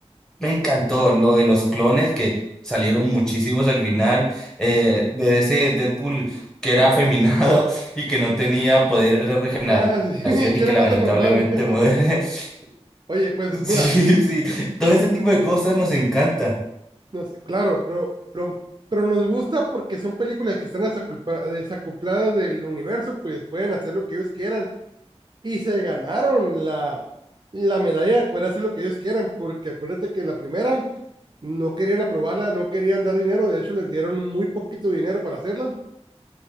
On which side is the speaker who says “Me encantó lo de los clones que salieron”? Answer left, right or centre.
Centre